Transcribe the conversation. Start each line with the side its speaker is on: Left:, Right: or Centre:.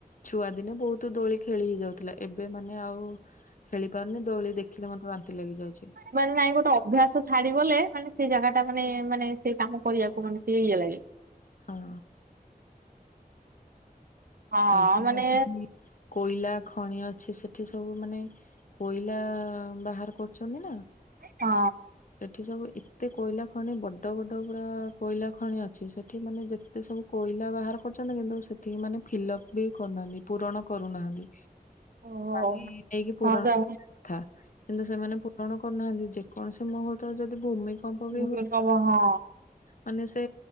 Left: ଛୁଆଦିନେ ବହୁତ ଦୋଳି ଖେଳି ହେଇଯାଉଥିଲା ଏବେ ମାନେ ଆଉ ଖେଳି ପାରୁନି ଦୋଳି ଦେଖିଲେ ମତେ ବାନ୍ତି ଲାଗିଯାଉଛି।
Right: ମାନେ ନାଇଁ ଗୋଟେ ଅଭ୍ୟାସ ଛାଡିଗଲେ ମାନେ ସେଇ ଜାଗା ଟା ମାନେ ମାନେ ସେଇ କାମ କରିବାକୁ ମାନେ ଟିକେ ଇଏ ଲାଗେ।
Left: ହଁ।
Right: ହଁ
Left: ତାଲଚଠି
Right: ମାନେ
Left: କୋଇଲା ଖଣି ଅଛି ସେଠି ସବୁ ମାନେ କୋଇଲା ବାହାର କରୁଛନ୍ତି ନା
Right: ହଁ।
Left: ସେଠି ସବୁ ଏତେ କୋଇଲା ଖଣି ବଡ ବଡ ପୁରା କୋଇଲା ଖଣି ଅଛି ସେଠି ମାନେ ଯେତେ ସବୁ କୋଇଲା ବାହାର କରୁଛନ୍ତି କିନ୍ତୁ ସେଠକି ମାନେ ଫିଲ୍ ଅପ ବି କରୁନାହାନ୍ତି ପୂରଣ କରୁନାହାନ୍ତି
Right: ଓହୋ।
Left: କଲି ନେଇକି ପୂରଣ
Right: ହଁ ଯା
Left: କଥା କିନ୍ତୁ ସେମାନେ ପୂରଣ କରୁନାହାନ୍ତି ଯେକୌଣସି ମୁହୂର୍ତରେ ଯଦି ଭୂମି ସମ୍ପବ
Right: ଭୂମିକମ୍ପ
Left: ହୁ
Right: ହଁ
Left: ମାନେ ସେ